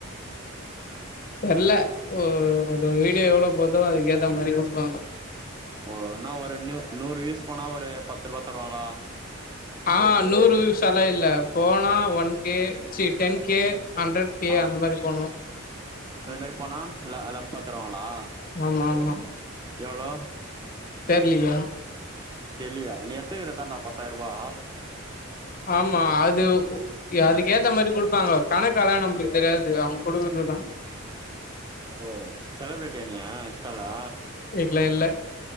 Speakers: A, on the left; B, on the right.
A: தெர்ல ஒரு ஒரு வீடியோ எவ்ளோ போதோ அதுக்க ஏத்த மாதிரி குடுப்பாங்க
B: ஓ என்னா ரூ நூறு வ்யூஸ் போனா ஒரு பத்து ரூபா தருவாங்களா
A: ஆ நூறு சல இல்ல போனா one K C ten K hundred K
B: ஆ
A: அந்த மாரி போனோ
B: அந்த மாரி போனா லம்பா தருவாங்களா
A: ஆமா ஆமா
B: எவ்ளோ
A: தெர்லையே
B: தெர்லியா நீ எத்துக்கிட்டத்தண்டா பத்தாயிரம் வா
A: ஆமா அது அதுக்கேத்த மாதிரி குடுப்பாங்க கணக்கெல்லா நம்மளுக்கு தெரியாது அவுங்க குடுக்குறதுதா
B: ஓ செலபிரிட்டியா நீ இன்ஷ்டால்லா
A: இல்ல இல்ல